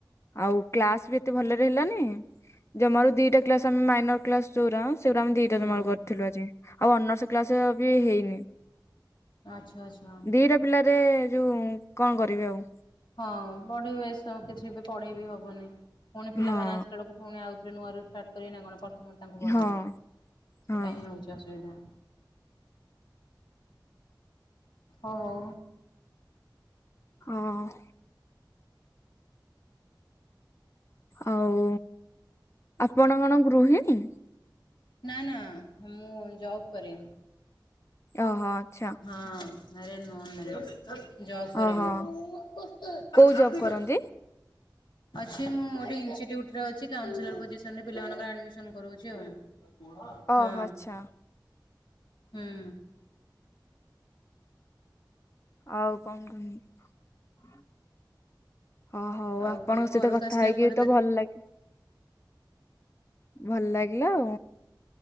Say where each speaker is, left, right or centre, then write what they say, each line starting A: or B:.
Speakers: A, on the left (about 35°); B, on the left (about 75°).
A: ଆଉ କ୍ଲାସ ବି ଏତେ ଭଲରେ ହେଲାନି। ଜମାରୁ ଦିଟା କ୍ଲାସ ଆମେ ମାଇନର କ୍ଲାସ ଯୋଉରା ସେଉରା ଆମେ ଦିଟା
B: ହୁଁ।
A: ଜମାରୁ କଲ ଥିଲୁ ଆଜି ଆଉ ଅନର୍ସ କ୍ଲାସ ବି ହେଇନି।
B: ଆଚ୍ଛା ଆଛା।
A: <unintelligible> ପିଲାରେ ଯୋଉ କଣ କରିବି ଆଉ।
B: ହଁ ପଢିବେଶ କିଛି ବି ପଢେଇ ବିି ହବନି ପୁଣି ପିଲାମାନେ
A: ହଁ
B: ଆସିଲା ବେଳକୁ ପୁଣି ଆଉଥରେ ନୂଆରୁ ଷ୍ଟାର୍ଟ କରିବେନା କଣ ପ୍ରଥମରୁ ତାଙ୍କୁ ପଢ଼ାଇବେ
A: ହଁ ହଁ
B: ସେଇଟା ହିଁ ହଉଚି ଅସୁବିଧା। ଓ ହଉ।
A: ହଁ ହଁ ହଁ। ଆଉ ଆପଣ କଣ ଗୃହିଣୀ?
B: ନା ନା ମୁଁ ଜବ୍ କରେ।
A: ଓହୋ ଆଚ୍ଛା
B: ହଁ ମ୍ୟାରେଡ ନୁହଁ ଅନମ୍ୟାରେଡ୍
A: ଓହୋ
B: ଜବ କରେ
A: କୋଉ
B: ମୁଁ।
A: ଜବ୍ କରନ୍ତି?
B: ଅଛି ମୁଁ ଗୋଟେ ଏନ୍ସି ଡିଉଟି ରେ ଅଛି କାଉଁସିଲର ପୋଜିସନରେ ପିଲାମାନଙ୍କର ଆଡ଼ମିସନ କରଚି ଆଉ।
A: ଓହୋ
B: ହଁ
A: ଆଚ୍ଛା
B: ହୁଁ।
A: ଆଉ କନ <unintelligible> ଅ ହଉ
B: ଆଉ
A: ଆପଣଙ୍କ
B: କଣ
A: ସହିତ
B: ଘରକୁ
A: କଥା
B: ଆସିଲା
A: ହେଇକି
B: ପରେ
A: ତ ଭଲ ଲାଗ ଭଲ ଲାଗିଲା ଆଉ।